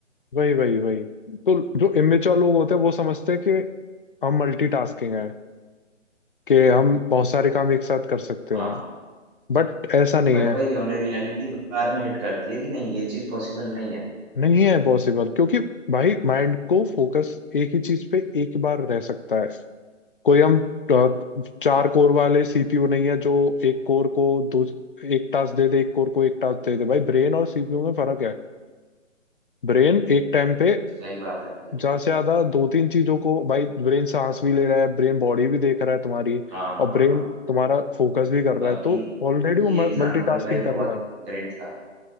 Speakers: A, on the left (about 45°); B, in the centre.
A: वही वही वही तो जो इमेच्योर लोग होते हैं वो समझते हैं कि हम मल्टीटास्किंग है कि हम बहुत सारे काम एक साथ कर सकते
B: हाँ
A: हैं बट ऐसा नहीं
B: बट
A: है
B: वही है, उन्हें रियलिटी बाद में हिट करती है कि नहीं ये चीज पॉसिबल नहीं है
A: नहीं है पॉसिबल क्योंकि भाई माइंड को फोकस एक ही चीज पे एक बार रह सकता है कोई हम अ, चार कोर वाले सीपीयू नहीं है जो एक कोर को दो एक टास्क दे दे एक कोर को एक टास्क दे दे भाई ब्रेन और सीपीयू में फर्क है ब्रेन एक टाइम पे
B: सही बात है भाई
A: ज्यादा से ज्यादा दो तीन चीजों को भाई ब्रेन सांस भी ले रहा है ब्रेन बॉडी भी देख रहा है तुम्हारी
B: हाँ
A: और
B: हाँ
A: ब्रेन
B: हाँ
A: तुम्हारा फोकस भी कर रहा
B: बाकी
A: है तो ऑलरेडी
B: ये
A: वो
B: एग्जाम्पल
A: मल्टीटास्किंग
B: भाई
A: कर
B: बहुत
A: रहा है
B: ग्रेट था